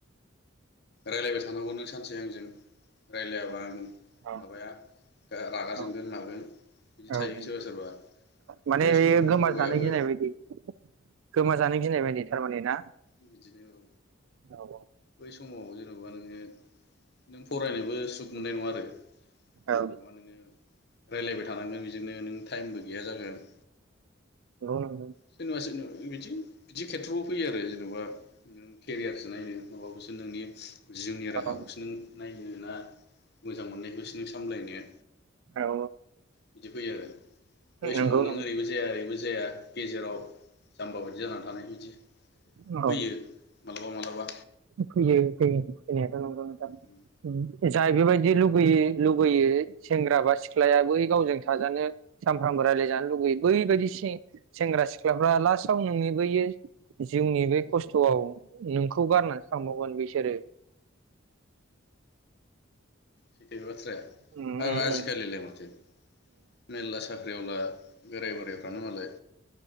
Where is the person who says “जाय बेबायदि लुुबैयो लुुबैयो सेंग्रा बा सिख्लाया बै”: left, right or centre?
Right